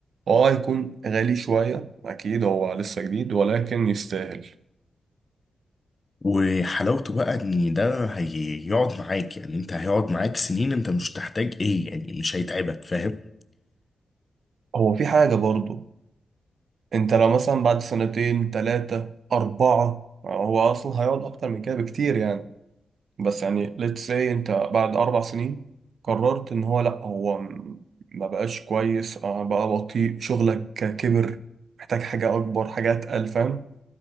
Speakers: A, on the right; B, on the left.
A: هو هيكون غالي شويه اكيد هو لسه جديد ولكن يستاهل
B: وحلاوته بقى ان ده هيقعد معاك يعني انت هيقعد معاك سنين انت مش تحتاج ايه يعني مش هيتعبك فاهم
A: هو في حاجه برضه انت لو مثلا بعد سنتين تلاتة أربعة هو أصلا هيقعد أكتر من كده بكتير يعني بس يعني let's say انت بعد أربع سنين قررت إن هو لأ هو م- ما بقاش كويس آه، بقى بطيء شغلك كبر محتاج حاجة أكبر حاجة أتقل فاهم